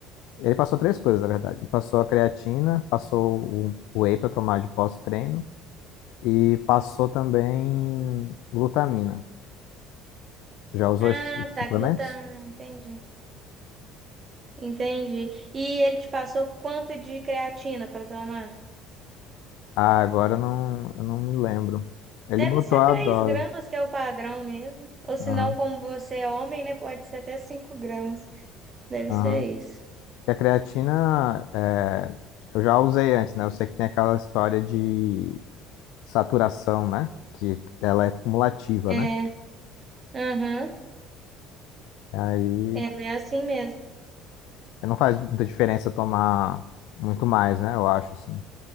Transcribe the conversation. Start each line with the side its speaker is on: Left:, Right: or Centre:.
Left: Ele passou três coisas, na verdade. Ele passou a creatina, passou o o whey para tomar de pós-treino e passou também glutamina. Tu já usou
Right: Ah,
Left: esses
Right: tá,
Left: suplementos?
Right: gluta, entendi. Entendi. E ele te passou quanto de creatina para tomar?
Left: Ah, agora eu não, eu não me lembro. Ele
Right: Deve
Left: botou
Right: ser
Left: a
Right: três
Left: dose.
Right: gramas, que é o padrão mesmo. Ou se
Left: Aham,
Right: não, como você é homem, né? Pode ser até 5 gramas. Deve
Left: aham.
Right: ser isso.
Left: E a creatina, é, eu já usei antes, né? Eu sei que tem aquela história de saturação, né? Que ela é cumulativa,
Right: É,
Left: né?
Right: aham.
Left: Aí
Right: Ela é assim mesmo.
Left: não faz muita diferença tomar muito mais, né? Eu acho, assim.